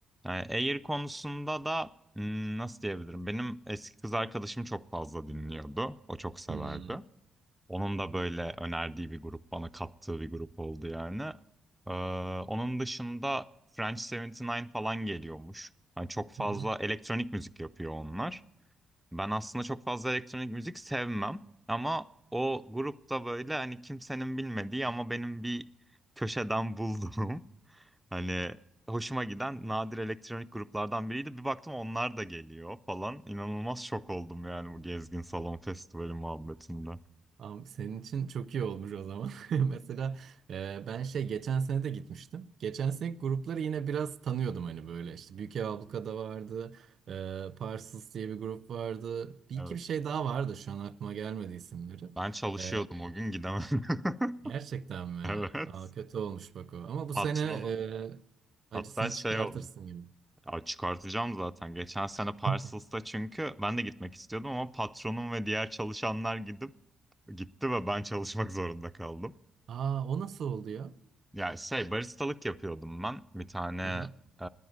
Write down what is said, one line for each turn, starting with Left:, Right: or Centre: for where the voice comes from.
Centre: Ee, Air konusunda da hmm, nasıl diyebilirim? Benim eski kız arkadaşım çok fazla dinliyordu. O çok severdi.
Right: hı.
Centre: Onun da böyle önerdiği bir grup, bana kattığı bir grup oldu yani. Ee, onun dışında French 79 falan geliyormuş. Yani çok fazla
Right: Hı hı.
Centre: elektronik müzik yapıyor onlar. Ben aslında çok fazla elektronik müzik sevmem. Ama o grupta böyle hani kimsenin bilmediği ama benim bir köşeden <laughs> bulduğum Hani hoşuma giden nadir elektronik gruplardan biriydi. Bir baktım onlar da geliyor falan. İnanılmaz şok oldum yani bu Gezgin Salon Festivali muhabbetinde.
Right: Tamam, senin için çok iyi olmuş o zaman. <laughs> Mesela e, ben şey geçen sene de gitmiştim. Geçen sene grupları yine biraz tanıyordum hani böyle işte Büyük Ev Abluka'da vardı. E, Parsons diye bir grup vardı. Bir
Centre: Evet.
Right: iki bir şey daha vardı şu an aklıma gelmedi isimleri.
Centre: Ben çalışıyordum
Right: E,
Centre: o gün gidemedim. <laughs>
Right: gerçekten mi?
Centre: Evet.
Right: Aa, kötü olmuş bak o. Ama bu sene
Centre: Patronum.
Right: e,
Centre: Hatta
Right: acısını
Centre: şey
Right: çıkartırsın
Centre: oldu.
Right: gibi.
Centre: Ya çıkartacağım zaten. Geçen sene Parcels'ta
Right: <laughs>
Centre: çünkü ben de gitmek istiyordum ama patronum ve diğer çalışanlar gidip gitti ve ben çalışmak zorunda kaldım.
Right: Aa o nasıl oldu ya?
Centre: Ya şey baristalık yapıyordum ben. Bir tane
Right: Hı hı,
Centre: e,